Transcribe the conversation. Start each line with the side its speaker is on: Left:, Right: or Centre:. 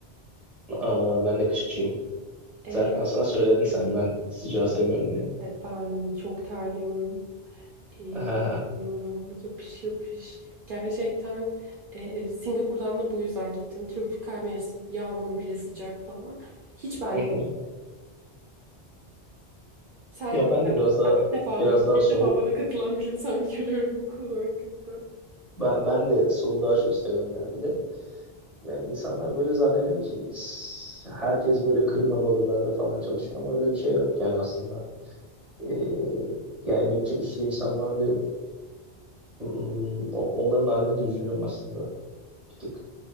Centre: Aa, ben de kışçıyım.
Right: Ee,
Centre: Zaten aslında söyledin sen ben sıcağı sevmiyorum diye.
Right: evet ben çok terliyorum. Ee,
Centre: <laughs> Aha.
Right: biliyorum. Yapış yapış. Gerçekten e, Singapur'dan da bu yüzden gittim. Tropikal mevsim. Yağmur bile sıcak falan. Hiç benlik
Centre: Hı hı.
Right: değil. Sen
Centre: Ya ben de biraz daha
Right: ben ilk defa
Centre: biraz
Right: duydum.
Centre: daha
Right: İlk
Centre: soğuk
Right: defa bana katılan bir insan <laughs> görüyorum bu konu hakkında.
Centre: ben, ben de soğuğu daha çok seviyorum ya. Bir de ya insanlar böyle zannediyor ki s- herkes böyle kırmalı odalarda falan çalışıyor ama öyle bir şey yok yani aslında. Ee, ya emekçi bir sürü insan var ve Hmm, onların haline de üzülüyorum aslında. Bir tık